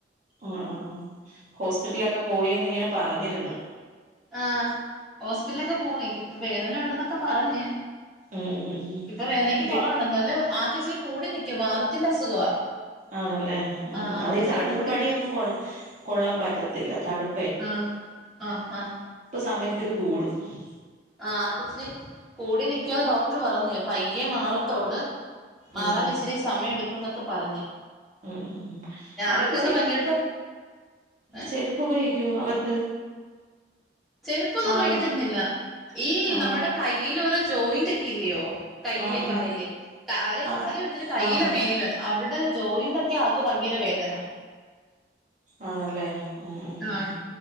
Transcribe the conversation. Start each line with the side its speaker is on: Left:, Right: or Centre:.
Right: അഹ് അഹ് അഹ് ഹോസ്പിറ്റൽലൊക്ക പോയിന്ന് ഇങ്ങനെ പ പറഞ്ഞിര്ന്ന്
Centre: ആ ഹോസ്പിറ്റൽലക്കെ പോയി ഇപ്പ വേദന ഉണ്ടെന്ന ക്ക പറഞ്ഞ്
Right: ഉം ഉം ഉം
Centre: ഇപ്പൊ വേദനക്ക്
Right: ഇപ്പ
Centre: കൊറവൊണ്ട് എന്നാലും ആക്ക് ഇച്ചിരി കൂടി നിക്കും. വാതത്തിന്റ അസുഖവാ
Right: ആണല്ലേ മ്ഹ്
Centre: ആഹ് ആക്ക്
Right: അത് ഈ
Centre: ഇച്ചിരി
Right: തണുപ്പടിയൊന്നും
Centre: കൂടി നിക്കും
Right: കൊള് കൊള്ളാൻ പറ്റത്തില്ല തണു
Centre: ആഹ് ആഹ് ആഹ്
Right: സമയത്ത് ഇത് കൂടും മ്
Centre: ആഹ് ആക്ക് ഇച്ചിരി കൂടി നിക്കാന്ന് ഡോക്ടർ പറഞ്ഞ് പയ്യെ മാറത്തോള്ള് മാറാൻ
Right: ഉം
Centre: ഇച്ചിരി സമയം എടുക്കുന്നൊക്ക പറഞ്ഞ്
Right: മ്ഹ് മ്ഹ് അകത്ത്
Centre: ആക്കങ്ങ്
Right: ചെരുപ്പ
Centre: ഭയങ്കര ഏ
Right: ചെരുപ്പ് ഉപയോഗിക്കോ അകത്ത്.
Centre: ചെരുപ്പൊന്നും
Right: ആള്
Centre: ഉപയൊഗിക്കത്തൊന്നും ഇല്ല ഈ
Right: ആ
Centre: നമ്മടെ കയ്യില് ഓരോ ജോയിന്റൊക്കെ ഇല്ലിയോ കയ്യിലേം
Right: ആ ആ
Centre: കാലിലേം കാല്
Right: ആ
Centre: കാല് വരത്തില്ല കയ്യില
Right: ആ ആ
Centre: <unintelligible> അവ്ട ജോയിന്റൊക്കെ ആക്ക് ഭങ്കര വേദന
Right: ആണല്ലേ ഉം
Centre: ആഹ്
Right: ഉം